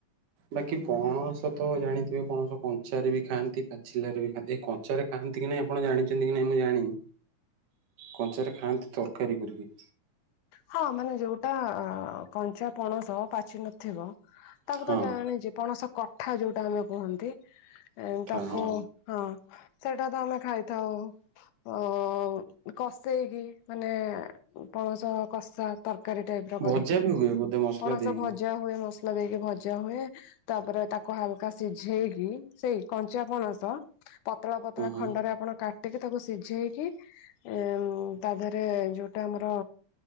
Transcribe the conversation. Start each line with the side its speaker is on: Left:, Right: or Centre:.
Right: ବାକି ପଣସ ତ ଜାଣିଥିବେ ପଣସ କଞ୍ଚାରେ ବି ଖାଆନ୍ତି ପାଚିଲାରେ ବି ଖାଆନ୍ତି ଏ କ କଞ୍ଚାରେ କି ଖାଆନ୍ତି କି ନାହିଁ ଆପଣ ଜାଣିଚନ୍ତି କି ନାହିଁ ମୁଁ ଜାଣିନି। କଞ୍ଚାରେ ଖାଆନ୍ତି ତରକାରୀ କରିକି।
Left: ହଁ ମାନେ ଯୋଉଟା କଞ୍ଚା ପଣସ ପାଚି ନ ଥିବ ତାକୁ
Right: ହଁ
Left: ତ ଜାଣିଚି ପଣସ କଠା ଯୋଉଟା ଆମେ କୁହନ୍ତି।
Right: ପିଠା
Left: ଏଁ ତାକୁ
Right: ହଁ
Left: ହଁ ସେଇଟା ତ ଆମେ ଖାଇଥାଉ। ଅଁ କଷେଇକି ମାନେ ପଣସ କଷା। ତରକାରୀ ଟାଇପର କରିକି
Right: ଭଜା ବି ହୁଏ ବୋଧେ ମସଲା
Left: ପଣସ
Right: ଦେଇକି
Left: ଭଜା ହୁଏ ମସଲା ଦେଇକି ଭଜା ହୁଏ ତାପରେ ତାକୁ ହାଲୁକା ସିଝେଇକି ସେଇ କଞ୍ଚା ପଣସ ପତଳା ପତଳା
Right: ହୁଁ ହୁଁ
Left: ଖଣ୍ଡରେ ଆପଣ କା କାଟିକି ତାକୁ ସିଝେଇକି ଏଁ ତା ଦେହରେ ଯୋଉଟା ଆମର